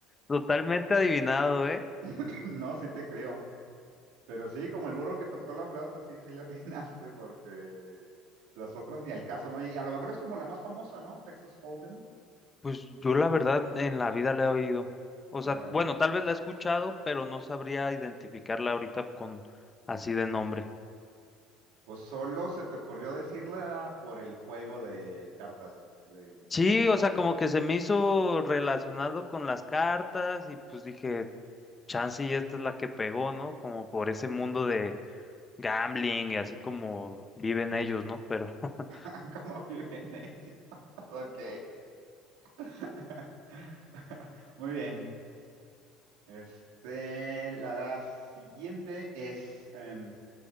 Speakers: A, on the left; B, on the right.
A: totalmente adivinado, ¿eh?
B: <clears throat> No, sí te creo. Pero sí, como el burro que tocó la flauta, sí, sí le atinaste, porque las otras ni al caso, ¿no? Y a lo mejor es como la más famosa, ¿no? Texas Hold'em.
A: Pues yo la verdad en la vida la he oído. O
B: Órale.
A: sea, bueno, tal vez la he escuchado, pero no sabría identificarla ahorita con así de nombre.
B: O solo se te ocurrió decirla por el juego de cartas de, de
A: Sí,
B: Texas
A: o sea,
B: Hold'em.
A: como que se me hizo relacionado con las cartas y pues dije, chance y esta es la que pegó, ¿no? Como por ese mundo de gambling y así como viven ellos, ¿no? Pero <laughs>
B: <laughs> ¿Cómo viven ellos? <laughs> Ok. <laughs> Muy bien. Este, la siguiente es, em,